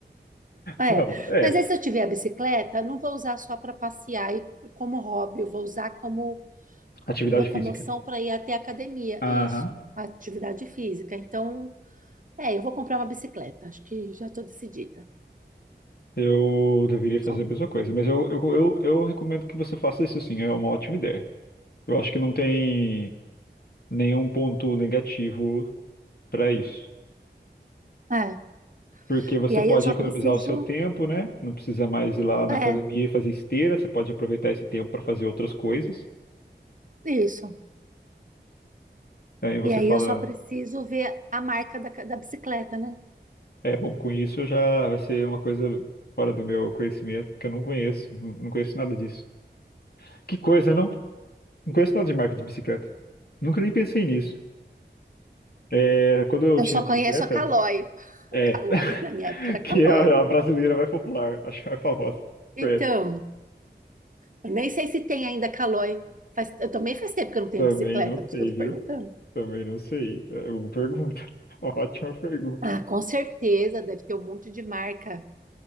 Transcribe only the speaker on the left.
Não, é.
Atividade
física.
Aham.
Eu deveria fazer
a mesma coisa, mas eu, eu, eu, eu recomendo que você faça isso sim, é uma ótima ideia. Eu acho que não tem nenhum ponto negativo para isso.
Porque você
pode
economizar
o seu tempo, né? Não precisa mais ir lá na
academia e fazer esteira, você pode aproveitar esse tempo para fazer outras coisas.
Aí você
fala,
É, bom, com isso já vai ser uma coisa fora do meu conhecimento, que eu não conheço, não não conheço nada disso. Que coisa, não? Não conheço nada de marca de bicicleta. Nunca nem pensei nisso. É, quando eu
tinha
bicicleta,
é,
<laughs>
que
é a a brasileira mais popular, <laughs> a mais famosa.
É,
também
não
sei,
viu?
Também não sei. É uma pergunta, <laughs> uma ótima pergunta.